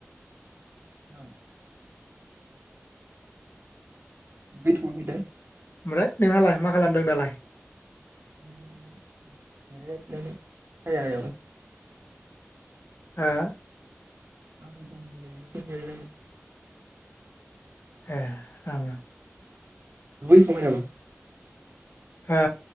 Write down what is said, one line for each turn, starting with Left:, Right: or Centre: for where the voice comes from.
Right: औ <unintelligible> <unintelligible>
Left: ओमफ्राय नोंहालाय मा खालामदों दालाय?
Right: <unintelligible>
Left: हो
Right: <unintelligible>
Left: ए ओं
Right: <unintelligible>
Left: हा